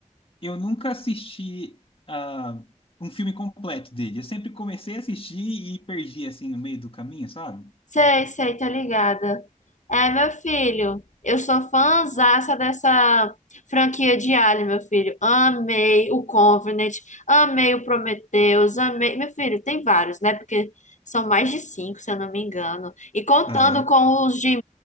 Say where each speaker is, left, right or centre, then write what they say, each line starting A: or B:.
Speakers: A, on the left; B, on the left.
A: Eu nunca assisti ah, um filme completo dele. Eu sempre comecei a assistir e perdi assim no meio do caminho, sabe?
B: Sei, sei, tá ligada. É, meu filho, eu sou fãzaça dessa franquia de Alien, meu filho. Amei o Covenant, amei o Prometheus, amei. Meu filho, tem vários, né? Porque são mais de cinco, se eu não me engano. E contando
A: Aham.
B: com os de